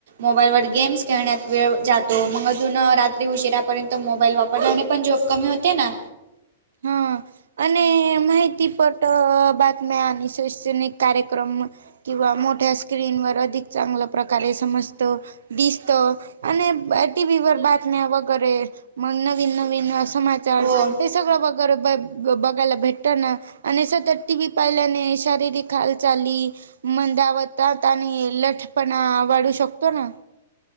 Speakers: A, on the right (about 65°); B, on the right (about 85°).
A: मोबाईलवर गेम्स खेळण्यात वेळ जातो. मग अजून रात्री उशिरापर्यंत मोबाईल वापरल्याने पण जॉब कमी होते ना.
B: हं, आणि माहिती पट बातम्या आणि शैशनिक कार्यक्रम किंवा मोठ्या स्क्रीनवर अधिक चांगल्या प्रकारे समज तो दिसतो आणि बट टीव्हीवर बातम्या वगेरे मग नवीन नवीन समाचार
A: हो
B: हे सगळं बगर ब ब बघायला भेटत ना आणि सतत टीव्ही पाहिल्याने शारीरिक खालचाली मंदावतात आणि लठपणा वाढू शकतो ना.